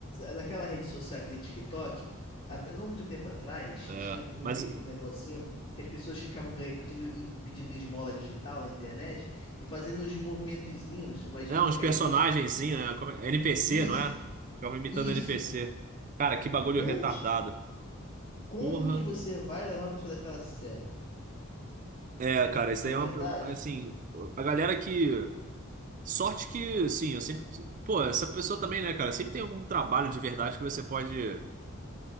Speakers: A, on the left; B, on the right.
A: Naquela rede social, aquele TikTok, até não muito tempo atrás,
B: É,
A: tinha um,
B: mas
A: re- um negocinho que as pessoas ficavam ganha- pedindo, e- pedindo esmola digital na internet e fazendo uns movimentozinhos, umas
B: é
A: mimicazinhas.
B: uns personagenzinhos, né? Como é- NPC,
A: Isso,
B: não é? Ficavam imitando
A: isso.
B: NPC. Cara, que bagulho
A: Onde,
B: retardado.
A: que- como
B: Porra.
A: que você vai levar a pessoa daquela a sério?
B: É, cara, isso
A: Não
B: daí
A: é
B: é
A: verdade?
B: uma. Assim, a galera que. Sorte que, assim, eu sempre. Pô, essa pessoa também, né, cara? Sempre tem algum trabalho de verdade que você pode